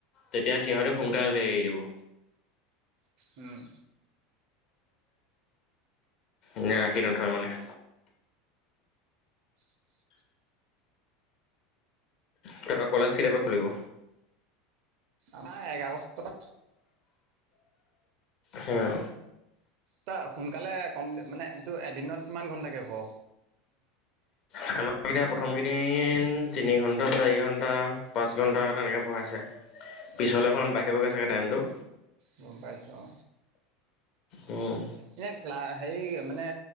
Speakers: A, on the left; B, on the right.
A: তেতিয়া সিহঁতি সোনকালে
B: উম
A: এৰি দিব।
B: উম,
A: এনে ৰাখি নথয় মানে।
B: <inaudible>
A: তাৰ পা কলেজ কেতিয়াপা খুলিব?
B: আমাৰ এক আগষ্ট পা
A: হম,
B: ত সোনকালে কমপ্লিট মানে এইটো এদিনত কিমান ঘণ্টাকে হুও
A: আমাৰ এতিয়া প্ৰথম কেইদিন তিনি ঘন্টা চাৰি ঘন্টা পাঁচ ঘণ্টা তেনেকে পঢ়াইছে। পিছলেখন
B: অ
A: বাঢ়িবগৈ চাগে টাইমতটো।
B: গম পাইছো অ,
A: উম,
B: এনেই ক্লা হেৰি মানে